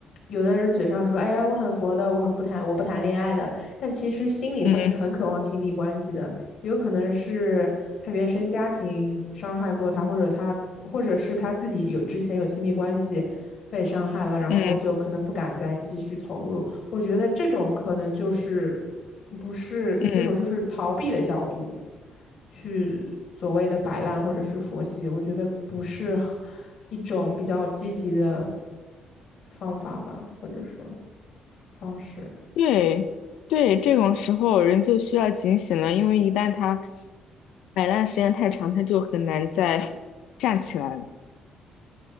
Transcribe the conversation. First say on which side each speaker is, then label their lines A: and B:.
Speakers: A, on the left; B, on the left.
A: 有的人嘴上说，哎呀，我很佛的，我很不谈，我不谈恋爱的，但其实心里他是很渴望亲密关系的，
B: 嗯
A: 有可能是他原生家庭伤害过他，或者他，或者是他自己有之前有亲密关系被伤害了，然后就可能不敢再继续投入。
B: 嗯
A: 我觉得这种可能就是不是这种就是逃避的角度
B: 嗯嗯。嗯
A: 去所谓的摆烂或者是佛系，我觉得不是一种比较积极的方法吧，或者说方式。
B: 对对，这种时候人就需要警醒了，因为一旦他摆烂时间太长，他就很难再 <laughs> 站起来了。